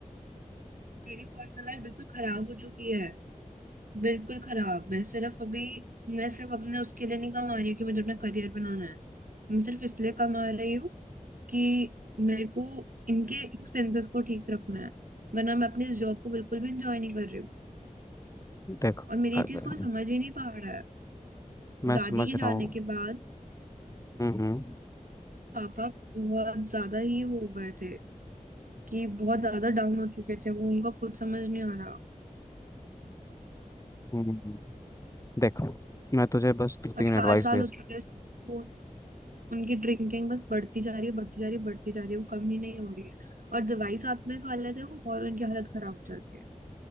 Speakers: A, on the right; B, on the left.
A: मेरी पर्सनल लाइफ बिल्कुल खराब हो चुकी है बिल्कुल खराब मैं सिर्फ अभी मैं सिर्फ अपने उसके लिए नहीं कमा रही हूँ कि मुझे अपना करियर बनाना है मैं सिर्फ इसलिए कमा रही हूँ कि मेरे को इनके एक्सपेंसेस को ठीक रखना है वरना मैं अपने इस जॉब को बिल्कुल भी इंजॉय नहीं कर रही हूँ
B: देख
A: और मेरी
B: अगर
A: ये चीज कोई समझ ही नहीं पा रहा है
B: मैं समझ
A: दादी के
B: रहा
A: जाने
B: हूँ
A: के बाद
B: हम्म हम्म
A: पापा बहुत ज्यादा ही वो हो गए थे कि बहुत ज्यादा डाउन हो चुके थे वो उनका खुद समझ नहीं आ रहा
B: हम्म, हम्म। देख मैं तुझे बस दो तीन
A: और चार
B: एडवाइस
A: साल
B: दे
A: हो
B: सकता
A: चुके हैं उनकी ड्रिंकिंग बस बढ़ती जा रही है बढ़ती जा रही है बढ़ती जा रही है वो कम ही नहीं हो रही है और दवाई साथ में खा लेते हैं वो और उनकी हालत खराब हो जाती है